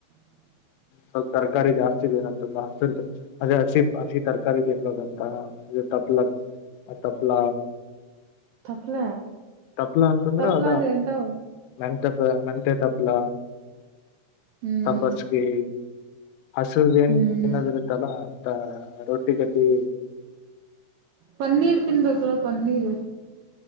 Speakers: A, on the right; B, on the left.
A: <inaudible> <inaudible>
B: ಸ್ವಲ್ಪ ತರಕಾರಿ ಜಾಸ್ತಿ ಇದೇನಂತ ಹ ಅದ ಹಸಿ ಹಸಿ ತರಕಾರಿ ತಿನ್ಬೋದಂತ.. ಲ ಆತ್ತಪಲ
A: ತಪ್ಲ
B: ತಪ್ಲ ಅಂತಂದ್ರೆ
A: ತಪ್ಲ
B: ಅದ
A: ಅಂದ್ರೆ ಎಂತವು
B: ನೆನ್ ತಪ್ ನೆಂಟೆ ತಪ್ಲ
A: ಹ್ಮ್
B: ಸಬ್ಬಸ್ಕಿ ಹಸಿರುದ ಏನ್
A: ಹ್ಮ್
B: ಏನದ್ ಇರುತ್ತಲ್ಲ ರೊಟ್ಟಿ ಕದ್ದಿ
A: ಪನ್ನೀರ್ ತಿನ್ಬೇಕಳು ಪನ್ನೀರ್